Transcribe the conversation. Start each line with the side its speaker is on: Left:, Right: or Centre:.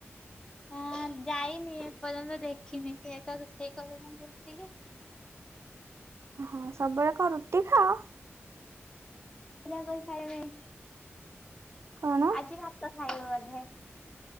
Left: ହଁ, ଯାଇନି ଏପର୍ଯ୍ୟନ୍ତ ଦେଖିନି ସେ ତ ରୋଷେଇ କରୁଛନ୍ତି ଉଠିକି।
Right: ହଁ, ସବୁବେଳେ କଣ ରୁଟି ଖାଅ?
Left: ପୁଜା କରିସାଇଲେଣି।
Right: କଣ
Left: ଆଜି ଭାତ ଖାଇବ ବୋଧେ।